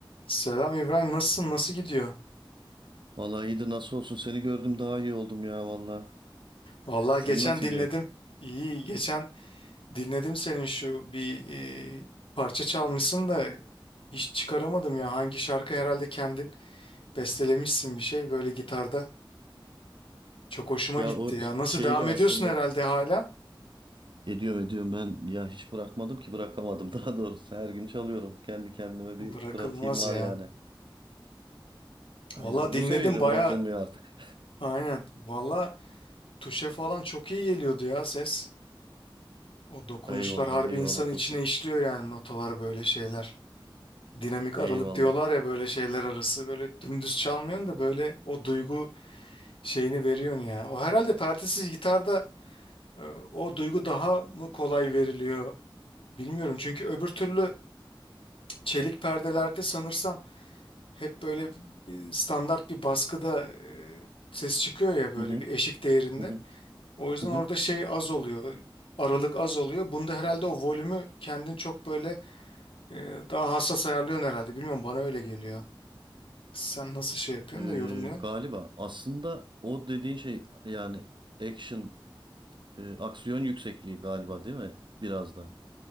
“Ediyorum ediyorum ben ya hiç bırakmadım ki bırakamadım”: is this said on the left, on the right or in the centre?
Right